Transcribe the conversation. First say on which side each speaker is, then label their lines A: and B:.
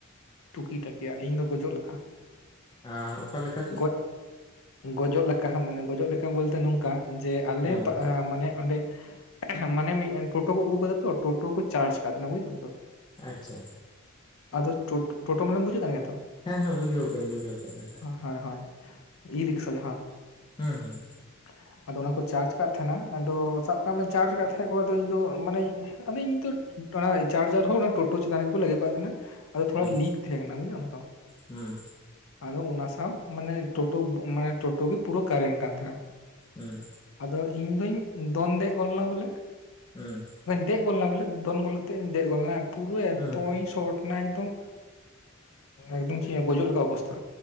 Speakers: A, on the left (about 70°); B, on the left (about 20°).
A: ᱴᱩᱠᱤ ᱴᱟᱠᱤ ᱟᱨ ᱤᱧ ᱫᱚ ᱜᱚᱡᱚᱜ ᱞᱮᱠᱟ᱾
B: ᱟᱸᱻ ᱚᱠᱟ ᱞᱮᱠᱟ ᱪᱚ?
A: ᱜᱚᱡ ᱜᱚᱡᱚᱜ ᱞᱮᱠᱟ ᱢᱟᱱᱮ ᱜᱚᱡᱚᱜ ᱞᱮᱠᱟ ᱵᱚᱞᱛᱮ ᱱᱚᱝᱠᱟ ᱡᱮ ᱟᱞᱮ
B: ᱦᱮᱸ
A: ᱢᱟᱱᱮ ᱚᱸᱰᱮ ᱦᱮᱸ ᱢᱟᱱᱮ ᱢᱤᱫ ᱴᱳᱴᱳ ᱠᱚ ᱟᱹᱜᱩ ᱠᱟᱫᱟ ᱛᱚ, ᱴᱳᱴᱳ ᱠᱚ ᱪᱟᱨᱡ ᱟᱠᱟᱫ ᱛᱟᱦᱮᱸᱱᱟ ᱵᱩᱡ ᱮᱫᱟᱢ ᱛᱚ᱾
B: ᱟᱪᱪᱷᱟ
A: ᱟᱫᱚ ᱴᱳ ᱴᱳᱴᱳ ᱢᱟᱱᱮ ᱵᱩᱡᱩ ᱮᱫ ᱠᱟᱱ ᱜᱮᱭᱟ ᱛᱚ᱾
B: ᱦᱮᱸ ᱦᱮᱸ ᱵᱩᱡᱷᱟᱹᱣ ᱠᱟᱤᱧ ᱵᱩᱡᱷᱟ. ᱣ ᱟᱠᱟᱫᱟ ᱞᱮ
A: ᱦᱳᱭᱼᱦᱳᱭ ᱦᱳᱭ ᱤ ᱨᱤᱠᱥᱟ ᱜᱮ ᱦᱚᱸ
B: ᱦᱩᱸ ᱦᱩᱸ
A: <unintelligible> ᱟᱫᱚ ᱚᱱᱟ ᱠᱚ ᱪᱟᱨᱡ ᱠᱟᱜ ᱛᱟᱦᱮᱸᱱᱟ ᱟᱫᱚ ᱥᱟᱵ ᱠᱟᱜ ᱢᱮ ᱪᱟᱨᱡ ᱠᱟᱜ ᱛᱟᱦᱮᱸᱫ ᱠᱚ ᱟᱫᱚ ᱤᱧ ᱫᱚ ᱢᱟᱱᱮ ᱟᱫᱚ ᱤᱧ ᱫᱚ ᱚᱱᱟ ᱪᱟᱨᱡᱟᱨ ᱦᱚᱸ ᱚᱱᱟ ᱴᱳᱴᱳ ᱪᱮᱛᱟᱱ ᱨᱮ ᱜᱮᱠᱚ ᱞᱟᱫᱮ ᱠᱟᱜ ᱠᱟᱱᱟ᱾ ᱟᱫᱚ ᱛᱷᱚᱲᱟ
B: ᱦᱩᱸ
A: ᱞᱤᱠ ᱛᱟᱦᱮᱸ ᱠᱟᱱᱟ ᱵᱩᱡᱫᱟᱢ ᱛᱚ᱾
B: ᱦᱩᱸ
A: ᱟᱫᱚ ᱚᱱᱟ ᱥᱟᱶ ᱢᱟᱱᱮ ᱴᱳᱴᱳ ᱢᱟᱱᱮ ᱴᱳᱴᱳ ᱜᱮ ᱯᱩᱨᱟᱹ ᱠᱟᱨᱮᱱᱴ ᱠᱟᱱ ᱛᱟᱦᱮᱱᱟ᱾
B: ᱦᱩᱸ
A: ᱟᱫᱚ ᱤᱧ ᱫᱚᱧ ᱫᱚᱱ ᱫᱮᱡ ᱜᱚᱫ ᱞᱮᱱᱟ ᱵᱚᱞᱮ
B: ᱦᱩᱸ
A: ᱫᱮᱡ ᱜᱚᱫ ᱞᱮᱱᱟ ᱵᱚᱞᱮ ᱫᱚᱱ ᱜᱳᱞ ᱠᱟᱛᱮᱧ ᱫᱮᱡ ᱜᱚ ᱯᱩᱨᱟ. ᱚᱠᱫᱚᱢ
B: ᱦᱩᱸ
A: ᱥᱚᱴ ᱚᱱᱮ ᱮᱠᱫᱚᱢ ᱮᱠᱫᱚᱢ ᱪᱮᱫ ᱜᱚᱡᱚᱜ ᱞᱮᱠᱟ ᱚᱵᱚᱥᱛᱟ᱾